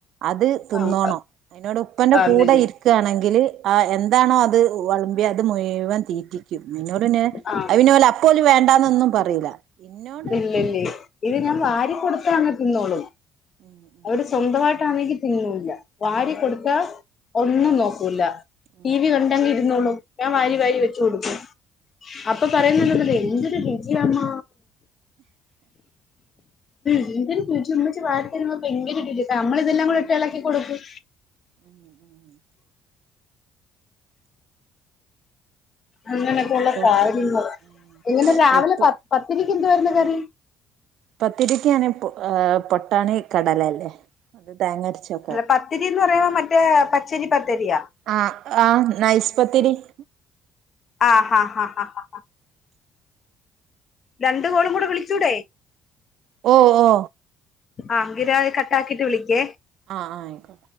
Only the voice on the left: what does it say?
ആഹ്
അതന്നെ
ആഹ്
ഇല്ലല്ലേ ഇത്
ഞാൻ വാരി കൊടു ത്താ തിന്നോളും
അവര് സ്വന്തമായി ട്ടാണെങ്കിൽ തിന്നൂല്ല വാരി കൊടുത്ത ഒന്നും നോക്കൂല
ടി വി
കണ്ടെങ്കിൽ ഇരുന്നുള്ളും ഞാൻ വാരി
വാരി വെച്ച കൊടുക്കു അപ്പൊ പറയുന്നുല്ലേ എന്തൊരു രുചിയ് അമ്മ <unintelligible> ഭയങ്കര ഇട്ട നമ്മള ഇതെല്ലാം കൂടി ഇട്ട് ഇളക്കി കൊടുക്കും
അങ്ങനെയൊക്കെയ
ഉള്ള കാര്യങ്ങൾ
ഇങ്ങനെ രാവിലെ
പ പത്തി എന്തായിന്നു കറി
പത്തിരിന്ന് പറയുമ്പോ മറ്റേ ചില്ലി പത്തരീ യ
ആ ഹാ ഹാ ഹാ ഹാ രണ്ടു കോ ളും കൂടെ വിളിച്ചൂട
ആങ്കിര കട്ടാക്കി വിളിക്കേ